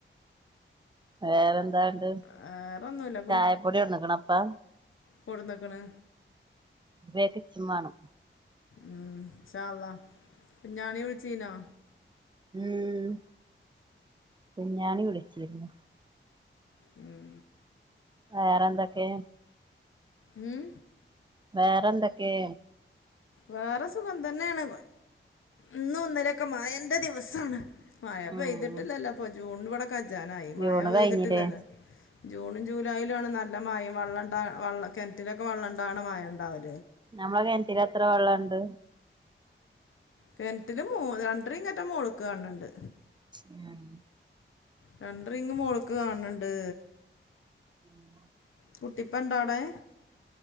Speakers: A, on the right; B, on the left.
A: വേറെന്താണ്ട്
B: വേറൊന്നുല്ല
A: ചായപ്പൊടി ഉണക്കണപ്പാ
B: കൊടുന്നക്ക്ണ്
A: ഇയക്കെ <unintelligible> ചുമ്മാണ്ണം
B: ഉം ഇഷാള്ള കുഞ്ഞാണി വിളിച്ചനൊ
A: ഉം കുഞ്ഞാണി വിളിച്ചിരുന്നു
B: ഉം
A: വേറെന്തൊക്കെ
B: ഉം
A: വേറെന്തൊക്കേ
B: വേറെ സുഖം തന്നെണ് ഇന്നും ഒന്നിലൊക്കെ മഴന്റെ ദിവസണ് മഴ
A: ഉം
B: പെയ്തിട്ടില്ലല്ലോ അപ്പം ജൂൺ ഇവിട കജനായി മയ
A: ജൂണ്
B: പെയ്തിട്ടില്ലല്ലോ
A: കഴിഞ്ഞില്ലേ
B: ജൂണും ജൂലായിലുംണ് നല്ല ല്ല മഴയും വെള്ളണ്ട വെള്ള കിണറ്റിലൊക്കെ വെള്ളംണ്ടാണ് മഴ ഉണ്ടാവി
A: നമ്മകെൻറ്റിൽ എത്ര വെള്ളണ്ട്
B: കെൻറ്റില് മൂന്നു രണ്ടര ഇങ്ങറ്റ മോള്ക്ക് കാണ്ണ്ണ്ട്
A: ഉം
B: രണ്ട്രിങ്ങ് മോൾക്ക് കണ്ണ്ണ്ട്
A: ആ
B: കുട്ടിപ്പ ഇണ്ടാടെ അവിടെ